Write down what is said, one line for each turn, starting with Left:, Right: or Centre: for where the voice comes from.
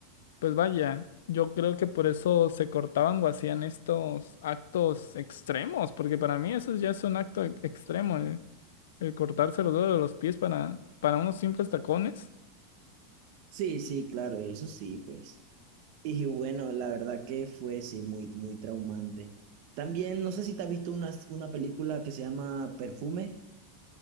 Left: pues vaya, yo creo que por eso se cortaban o hacían estos actos extremos, porque para mí eso ya es un acto e- extremo, el, el cortarse los dedos de los pies para, para unos simples tacones.
Right: Sí, sí, claro, eso sí, pues. Y bueno, la verdad que fue, sí, muy, muy traumante. También, no sé si te has visto una, una película que se llama Perfume.